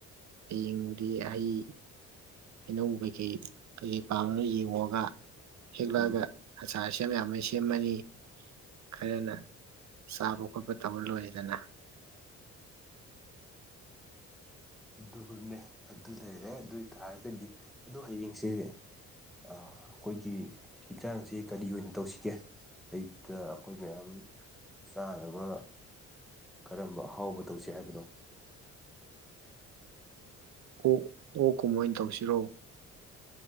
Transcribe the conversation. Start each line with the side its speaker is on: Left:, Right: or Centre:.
Right: ꯍꯌꯦꯡꯕꯨꯗꯤ ꯍꯩ ꯍꯩꯅꯧ ꯀꯩꯀꯩ ꯀꯩꯀꯩ ꯄꯥꯝꯅ ꯌꯦꯡꯉꯒ ꯍꯦꯛꯂꯛꯑꯒ
Centre: ꯎꯝ
Right: ꯑꯆꯥꯔ ꯁꯦꯝ ꯌꯥꯝꯃ ꯁꯦꯝꯃꯅꯤ ꯈꯔꯅ ꯆꯥꯕ ꯈꯣꯠꯄ ꯇꯧꯕꯔ ꯂꯣꯏꯔꯦꯗꯅ
Centre: ꯑꯗꯨꯅꯦ ꯑꯗꯨ ꯂꯩꯔꯦ ꯑꯗꯨ ꯑꯣꯏꯇꯥꯔꯒꯗꯤ ꯑꯗꯨ ꯍꯌꯦꯡꯁ ꯑꯩꯈꯣꯏꯒꯤ ꯌꯦꯟꯁꯥꯡꯁꯦ ꯀꯔꯤ ꯑꯣꯏꯅ ꯇꯧꯁꯤꯒꯦ ꯑꯌꯨꯛꯇ ꯑꯩꯈꯣꯏ ꯃꯌꯥꯝ ꯆꯥꯅꯕ ꯀꯔꯝꯕ ꯑꯍꯥꯎꯕ ꯇꯧꯁꯤ ꯍꯥꯏꯕꯅꯣ
Right: ꯑꯣ ꯑꯣ ꯀꯨꯝꯃꯅ ꯇꯧꯁꯤꯔꯣ